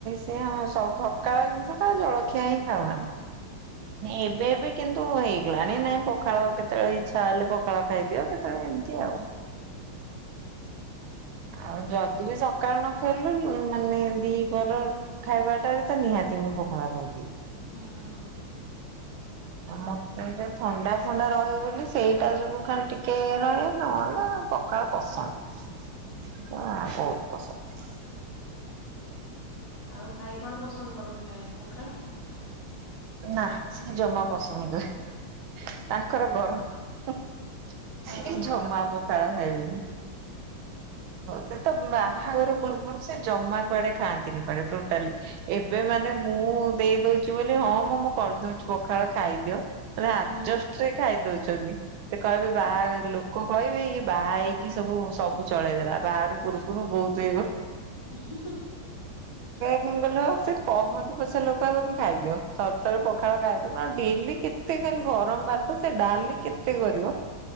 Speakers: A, on the right; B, on the left.
A: ସେ ଆମ ସ ସକାଳ ଜିନିଷ ଟା ଜଳଖିଆ ହିଁ ଖାଉ ଆମେ ଏବେ ବି କିନ୍ତୁ ହେଇଗଲାଣିି ନାଇଁ ପଖାଳ କେତେବେଳେ ଇଛା ହେଲେ ପଖାଳ ଖାଇଦିଅ କେତେବେଳେ
B: ହୁଁ।
A: ଏମିତି ଆଉ। ଆଉ ଯଦି ବି ସକାଳୁ ନ ଖାଇଲୁ ମାନେ ଦିପହର ଖାଇବାଟାରେ ତ ନିହାତି। ମୁଁ ପଖାଳ ଖାଇଦିଏ।
B: ହୁଁ ହୁଁ।
A: ମତେ ଏ ଥଣ୍ଡା ଫଣ୍ଡା ରହିବ ବୋଲି ସେଇଟା ଯୋଗୁ ଖାଲି ଟିକେ ଇଏ ରହେ ନହଲେ ପଖାଳ ପସନ୍ଦ ଆ ବହୁତ ପସନ୍ଦ।
B: ଆଉ ଭାଇ କଣ ପସନ୍ଦ କରନ୍ତି ଖାଇବା କୁ ପଖାଳ।
A: ନା ସେ ଜମା ପସନ୍ଦ ନୁହେଁ ତାଙ୍କର ଗର ସେ
B: ଓହୋ
A: ଜମା ପଖାଳ ଖାଇବେନି। ସେ ତ ବାହାଘର ପୂର୍ବରୁ ସେ ଜମା କୁଆଡେ ଖାଆନ୍ତିନି କୁଆଡେ ଟୋଟାଲି। ଏବେ ମାନେ ମୁଁ ଦେଇ ଦଉଛି ବୋଲି ହଁ ମୁଁ ମୁଁ କରିଦଉଛି ପଖାଳ ଖାଇଦିଅ। ଆଡଜଷ୍ଟରେ
B: ହୁଁ
A: ଖାଇ ଦଉଛନ୍ତି। ସେ କହିବେ ବାହା ଲୋକ କହିବେ ଇଏ ବାହା ହେଇକି ସବୁ ସବୁ ଚଳେଇ ଦେଲା ବାହାଘର ପୂର୍ବରୁ ବହୁତ ଏଇ
B: <inaudible>
A: କଣ କହିଲ ସେ କଲେ ସେ କହନ୍ତୁ ପଛେ ଲୋକ ତମେ ଖାଇଦିଅ ଥରଥରେ ପଖାଳ ଖାଇଦବ ଡେଲି କେତେ ଗରମ ଭାତ ସେ ଡାଲି କେତେ କରିବ